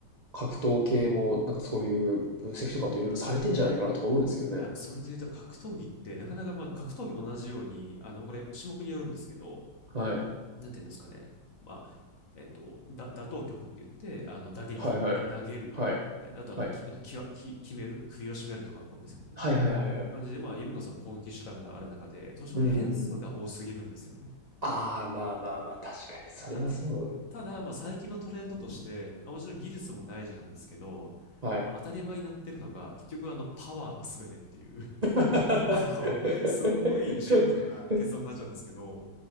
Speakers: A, on the right (about 45°); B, on the left (about 50°).
A: 格闘系も、なんかそういう分析とかっていろいろされてんじゃないかなとか思うんですけどね。
B: や、それで言うと、格闘技って、なかなか、まあ、格闘技も同じように、あの、これ、種目によるんですけど、
A: はい。
B: なんていうんですかね。まあ、えっと、だ、打倒曲って言って、あの、打撃、
A: はいはい。
B: な、投げる、
A: はい。
B: みたいな。あと、
A: はい。
B: あの、き、あの、きわ、き、決める、首を絞めるとかの方ですよね。
A: はいはいはいはい。
B: 感じで、まあ、いろんなその攻撃手段がある中で、どうしても変数が多すぎるんですよね。
A: うんうんうん。ああ、まあまあまあ、確かにそれはそう。
B: た、た、ただ、まあ、最近のトレンドとして、まあもちろん技術も大事なんですけど、
A: はい。
B: 当たり前になってるのが、結局、あの、パワーが全てっていう。
A: <laughs>
B: あのすんごいシンプルな結論になっちゃうんですけど、